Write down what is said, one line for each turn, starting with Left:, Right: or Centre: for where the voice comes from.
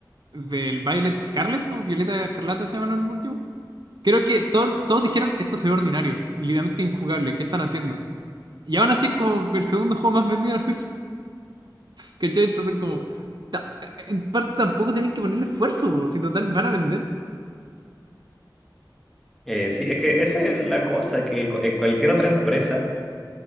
Right: del Violet Scarlet, como Violeta Escarlata se llaman los últimos, creo que todos todos dijeron, esto se ve ordinario, literalmente injugable, ¿qué están haciendo? Y aún así es como el segundo juego más vendido de la Switch, ¿cachai? Entonces como, ta- eh, en parte tampoco tienen que ponerle esfuerzo, pues, si total van a vender.
Centre: eh, sí, es que esa es la cosa, que cu- en cualquier otra empresa